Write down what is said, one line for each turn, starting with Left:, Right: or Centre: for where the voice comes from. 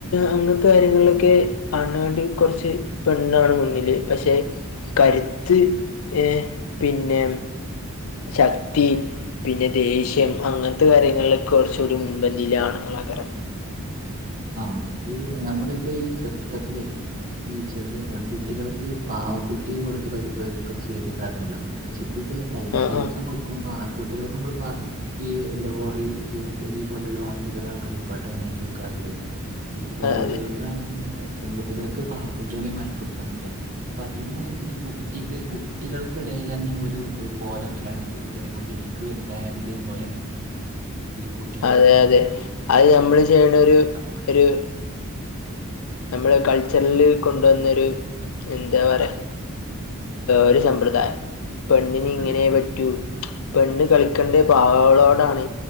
Left: അങ്ങൻത്ത കാര്യങ്ങൾലൊക്കെ ആണുങ്ങ ളകാട്ടിം കൊർച്ച് പെണ്ണാണ് മുന്നില് പഷെ കരുത്ത് എ പിന്നെ ശക്തി പിന്നെ ദേഷ്യം അങ്ങൻത്ത കാര്യങ്ങളിലൊക്കെ കൊർച്ചൂടി മുൻപന്തിയിലാണ് <unintelligible>
Right: ആഹ് അത് ഞമ്മള് ഇപ്പ ഈ ചെർപ്പത്തിലെ ഈ ചെറിയ പെൺകുട്ടികൾക്ക് ഈ പാവക്കുട്ടി കൊടുത്ത് പരി പരിശീലിപ്പിക്കാറുണ്ടല്ലോ പരിശീലിപ്പിക്കല്ല കളി
Left: ആ
Right: കളിക്കാം
Left: ആ
Right: കൊടുക്കുമ്പോ ആൺകുട്ടികൾക്കും കൊടുപ്പാ ഈ ലോറി ജെ സി ബി പോലെള്ള വണ്ടികളാണ് കളിപ്പാട്ടായി വാങ്ങി കൊടുക്കാറുള്ളത് പിന്നെ പെൺകുട്ടികൾക്കാണ്ന്ന്ണ്ട
Left: അതെ
Right: പെൺകട്ടികൾക്ക് പാവകുട്ടിയളീം വാങ്ങി കൊടുക്ക്‌ണ് ണ്ട് അപ്പ അതിന്ന് ഈ കുട്ടിക്ക് കുട്ടികൾക്കിടയില ന്നെ ഒരു ബോധം വരാണ് ചെറിയ കുട്ടിക്ക് ഇൻക് വൽതായാല് ഇതേപോലെ കു
Left: അതെ അതെ അത് നമ്മള് ചെയ്യണരു
Right: ആഹ്
Left: ഒരു നമ്മള് കൾച്ചർല് കൊണ്ടുവന്നൊരു എന്താ പറയാ ഒരു സമ്പ്രദായം പെണ്ണിന് ഇങ്ങനെ
Right: അതെ.
Left: റ്റു പെണ്ണ് കളിക്കണ്ടിയെ പാവകളോടാണ്